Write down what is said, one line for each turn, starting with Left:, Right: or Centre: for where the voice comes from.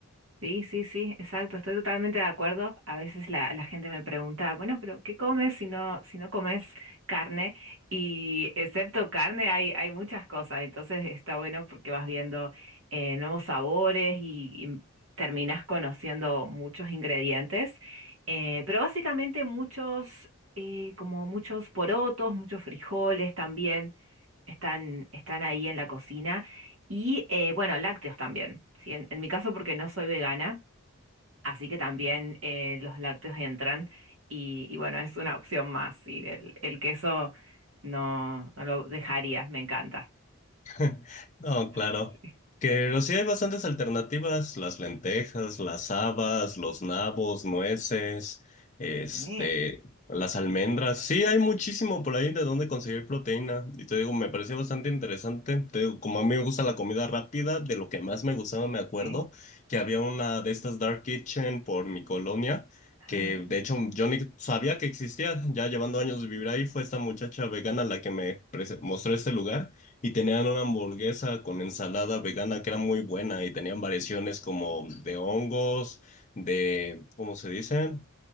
Right: Sí, sí, sí, exacto, estoy totalmente de acuerdo. A veces la, la gente me pregunta, bueno, pero ¿qué comes si no, si no comes carne? Y excepto carne hay, hay muchas cosas, entonces está bueno porque vas viendo eh, nuevos sabores y, y terminas conociendo muchos ingredientes, Eh, pero básicamente muchos, eh, como muchos porotos, muchos frijoles también están, están ahí en la cocina. Y eh, bueno, lácteos también, ¿sí? En, en mi caso porque no soy vegana, así que también eh, los lácteos entran y, y bueno, es una opción más. Y el, el queso no, no lo dejaría, me encanta.
Left: <laughs> No, claro.
Right: <laughs>
Left: Que pero sí hay bastantes alternativas, las lentejas, las habas, los nabos, nueces, este,
Right: Sí,
Left: las almendras. Sí, hay muchísimo por ahí de dónde conseguir proteína. Y te digo, me pareció bastante interesante. Te digo, como a mí me gusta la comida rápida, de lo que más me gustaba me acuerdo
Right: sí.
Left: que había una de estas dark kitchen por mi colonia.
Right: Ah.
Left: que de hecho yo ni sabía que existía, ya llevando años de vivir ahí, fue esta muchacha vegana la que me prese- mostró este lugar y tenían una hamburguesa con ensalada vegana que era muy buena y tenían variaciones como de hongos, de, ¿cómo se dice?